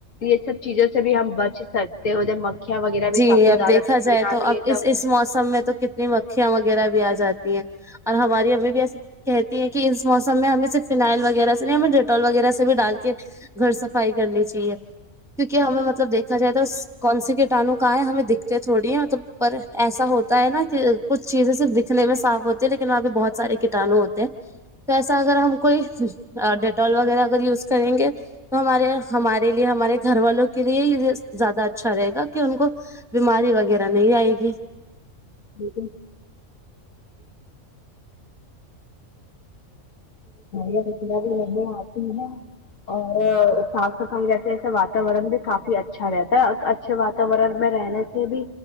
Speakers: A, on the left (about 75°); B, in the centre.
A: یہ سب چیزوں سے بھی ہم بچ سکتے ہو جب مکھیاں وغیرہ
B: جی
A: بھی کافی
B: اب
A: زیادہ
B: دیکھا
A: بین بناتی
B: جائے
A: آتی
B: اب
A: ہے
B: اس
A: تو
B: اس موسم میں تو کت نی مکھیاں وغیرہ بھی آ جاتی ہیں اور ہماری امی بھی ایسے کہتی ہیں کہ اس موسم میں ہمیں صرف فنائل وغیرہ سے نہیں ہمیں ڈیٹول وغیرہ سے بھی ڈال کے گھر سفائی کرنی چاہیے کیونکہ ہمیں مط جب دیکھا جائے تو کونسی کٹانو کہا ہے ہمیں دکھتے تھوڑی ہے مطلب پر ایسا ہوتا ہے نا کہ کچھ چیزیں صرف دکھنے میں صاف ہوتی ہے لیکن وہاں پہ بہت سارے کٹانو ہوتے ہیں تو ایسا اگر ہم کوئی ڈیٹال وغیرہ اگر یوز کریں گے تو ہمارے ہمارے لیے ہمارے گھر والوں کے لیے یہ زیادہ اچھا رہے گا کہ ان کو بیماری وغیرہ نہیں آئے گی
A: <inaudible> م بیا بھی نہیں آتی ہے <inaudible> اور صاف صفائی جیسے ایسے واتاورن بھی کافی اچھا رہتا ہے اور اچھے واتاورن میں رہنے پھر بھی